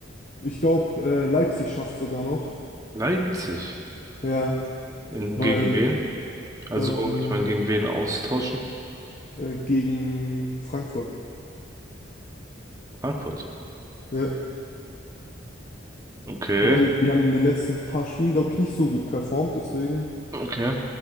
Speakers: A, on the left; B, on the right.
A: Ich glaube, äh, Leipzig schafft sogar noch.
B: Leipzig.
A: Ja,
B: In,
A: weil
B: gegen wen? Also,
A: ähm,
B: ich meine, gegen wen austauschen?
A: äh, gegen Frankfurt.
B: Frankfurt.
A: Ja,
B: Okay,
A: weil die haben in den letzten paar Spielen, glaube ich, nicht so gut performt. Deswegen,
B: okay.